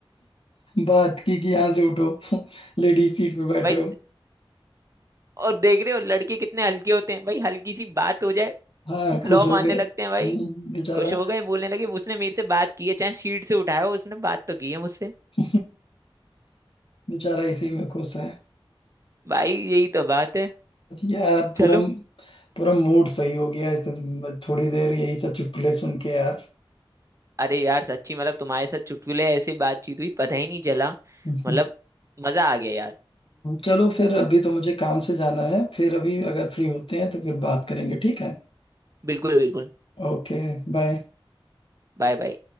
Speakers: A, on the left; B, on the right.
A: बात की कि यहाँ से उठो लेडीज सीट पे बैठे
B: भाई
A: हो
B: और देख रहे हो लड़के कितने हल्के होते हैं भाई हल्की सी बात हो जाए
A: हाँ खुश
B: लौ
A: हो
B: मारने
A: गए
B: लगते हैं भाई
A: हम्म, बेचारा
B: खुश हो गए बोलने लगे उसने मेरे से बात की है चाहे सीट से उठाया हो उसने बात तो की है मुझसे
A: <laughs> बेचारा इसी में खुश है
B: भाई यही तो बात है
A: यार
B: चलो
A: पूरा पूरा मूड सही हो गया इतन- थोड़ी देर यही सब चुटकुले सुन के यार
B: अरे यार सच्ची मतलब तुम्हारे साथ चुटकुले ऐसे बातचीत हुई पता ही नहीं चला
A: हम्म,
B: मतलब मजा आ गया यार
A: चलो फिर अभी तो मुझे काम से जाना है फिर अभी अगर फ्री होते हैं तो फिर बात करेंगे ठीक है
B: बिल्कुल बिल्कुल
A: Okay bye
B: Bye bye